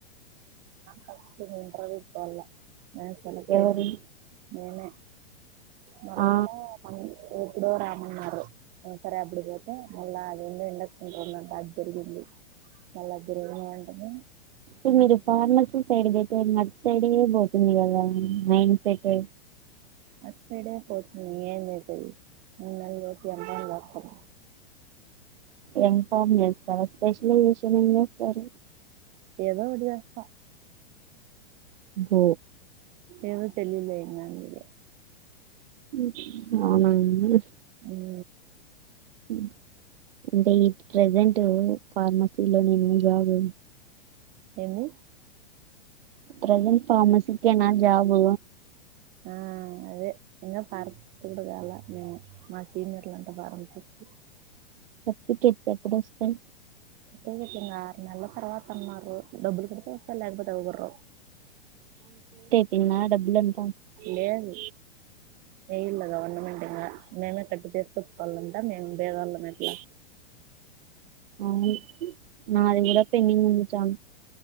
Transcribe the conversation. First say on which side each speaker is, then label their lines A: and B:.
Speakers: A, on the right (about 30°); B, on the right (about 75°).
A: కష్టం ఇంటర్యూకు పోలా ఆ సెలెక్ట్
B: ఎవరు
A: అయినం మేమె మళ్ళా
B: ఆ
A: ఎప్పుడో రామన్నారు సరే అప్పుడి పోతే మళ్ళా అది ఎందో ఎండకు. రోల్లంతా జరిగి మళ్ళా అద్దరంగా ఉంది
B: ఇంగ్ మీరు ఫార్మసింగ్ సైడ్ పెడితే మన్ సైడే పోతుంది గదా మైండ్ సెట్
A: అటు సైడే పోతుంది ఏం చేసేది మూన్నాళ్ళు చేసి అబ్బా నరకం
B: ఎం కామ్ ఎస్ ఆ స్పెషలైజేషన్ ఏం జేస్తారు
A: ఏదో ఒకటిదేస్తా
B: బ్బో
A: ఏవో తెలిలేం ఇంగ అందుకె
B: హు అవునా అండి
A: ఉ
B: ఉమ్ అంటే ఈ ప్రెజెంట్ ఫార్మసీలో నేను జాబు
A: ఏంది
B: ప్రజెంట్ ఫార్మసీకేనా జాబు
A: ఆ అదే ఇంకా పరుస్తుండు కాలా నే మా సీనియర్లంతా బాగ పనుకుండ్రు
B: సర్టిఫికేట్స్ ఎప్పుడొస్తాయి
A: తీంగ తీంగా ఆరు నెలల తర్వాత అన్నారు డబ్బులు కడితే వత్తయ్ లేకపోతే అవి కూడా రావ్
B: తిన్న డబ్బులను
A: లేదు ఏయల్ల గవర్నమెంట్ ఇంగ మేమే కట్ చేసుకోవాచు కోవాలంటా మే మె పేదోల్లం ఎట్లా
B: అవును నాది కూడా పెండింగ్ ఉంది చానా